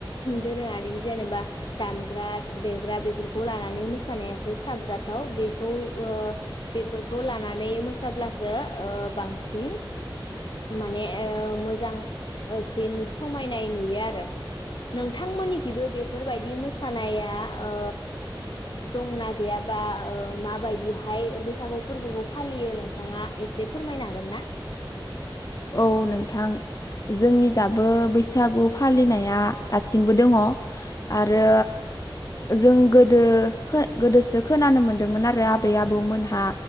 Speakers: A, on the left (about 60°); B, on the left (about 40°).
A: दोरोङारि जेनेबा दामग्रा देग्रा बेफोरखौ लानानै मोसानायासो साबजाथाव बेखौ ओ बेफोरखौ लानानै मोसाब्लासो ओ बांसिन माने ओ मोजां सिन समायनाय नुयो आरो नोंथांमोननिखैबो बेफोरबायदि मोसानाया ओ दंना गैयाबा ओ माबायदिहाय बैसागु फोरबोखौ फालियो नोंथाङा एसे फोरमायनो हागोन ना?
B: औ नोंथां जोंनि जाबो बैसागु फालिनाया दासिमबो दङ आरो जों गोदो गोदोसो खोनानो मोनदोंमोन आरो आबै आबौमोनहा